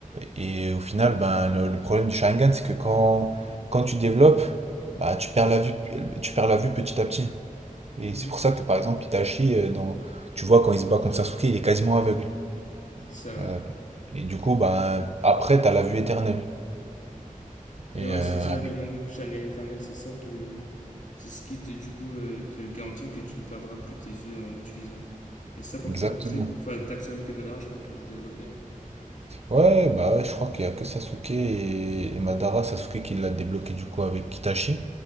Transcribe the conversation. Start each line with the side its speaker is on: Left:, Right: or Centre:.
Right: et au final, ben, le, le problème du Sharingan, c'est que quand, quand tu développes, bah, tu perds la vue, tu perds la vue petit à petit. Et
Left: Mhm.
Right: c'est pour ça que, par exemple, Itachi, euh, dans... tu vois, quand il se bat contre Sasuke, il est quasiment aveugle.
Left: C'est ça,
Right: Euh,
Left: ouais.
Right: et du coup, ben, après, tu as la vue éternelle.
Left: Et
Right: Et
Left: ouais,
Right: euh,
Left: c'est ça,
Right: avec-
Left: le Mangekyou Gun éternel, c'est ça que. C'est ce qui, te, du coup, euh, te garantit que tu ne perdras plus tes yeux en l'utilisant. Et ça, par
Right: exactement.
Left: contre, t'as très. Enfin, t'as que Sasuke et Madara, je crois qu'ils l'ont développé. hein.
Right: Ouais, bah ouais, je crois qu'il y a que Sasuke et, et Madara, Sasuke qui l'a débloqué du coup avec Kitachi.